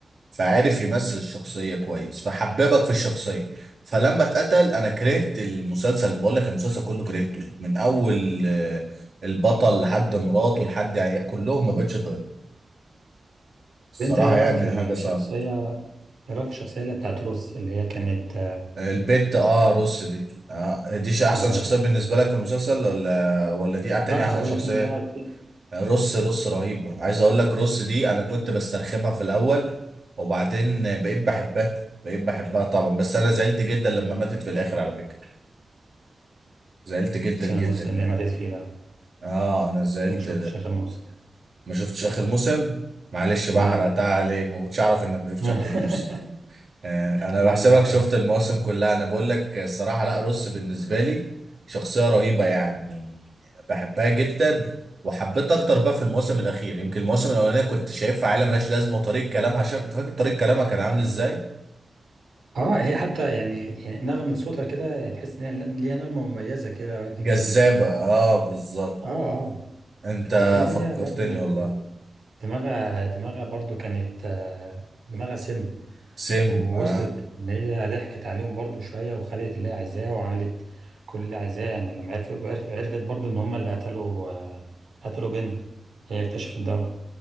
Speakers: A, on the right (about 40°); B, on the right (about 75°).
A: فعارف يمثل الشخصية كويس فحببك في الشخصية فلما اتقتل انا كرهت المسلسل بقول لك المسلسل كله كرهته من اول آه، البطل لحد مراته لحد عيال كلهم ما بقتش طيب الصراحة
B: انت ايه رايك
A: يعني
B: في
A: حاجة صعبة
B: الشخصيه ايه رايك في الشخصيه اللي بتاعت روس اللي هي كانت
A: البت اه
B: كانت-
A: روس دي آه دي ش- احسن
B: آه.
A: شخصية بالنسبة لك في المسلسل ولا ولا دي تاني
B: لا
A: احسن
B: اقول
A: شخصية
B: لك انت ايه رايك في
A: رص رص رهيبة عايز اقول لك رص دي انا كنت بسترخمها في الاول وبعدين بقيت بحبها بقيت بحبها طبعا بس انا زعلت جدا لما ماتت في الاخر على فكرة زعلت جدا
B: عشان
A: جدا
B: المسلم
A: يعني
B: اللي ماتت فيه ده
A: اه انا زعلت
B: ما شفتش اخر مسلم
A: ما شفتش اخر موسم معلش بقى
B: لا
A: حرقتها عليك ما كنتش اعرف انك ما شفتش
B: <laughs>
A: اخر موسم آه، انا
B: لا
A: بحسبك
B: لا
A: شفت
B: عادي
A: المواسم كلها انا بقول لك الصراحه لا روس بالنسبه لي شخصيه رهيبه يعني بحبها جدا وحبيت اكتر بقى في الموسم الاخير يمكن الموسم الاولانيه كنت شايفها عيله ملهاش لازمه وطريقه كلامها شايف انت فاكر طريقه كلامها كان عامل ازاي
B: اه هي حتى يعني يعني نغمة صوتها كده يعني تحس ان هي ليها نغمة مميزة كده وهي بتتكلم
A: جذابه اه بالظبط
B: اه اه
A: انت
B: وبعدين هي
A: فكرتني
B: برضو
A: والله
B: دماغها دماغها برضو كانت آه، دماغها سم
A: سم
B: ووصلت
A: اه
B: ان هي ضحكت عليهم برضو شويه وخدت اللي هي عايزاه وعملت كل اللي عايزاه يعني لما عرفت عرفت عرفت برضو ان هم اللي قتلوا آه، قتلوا بنت هي اكتشفت ده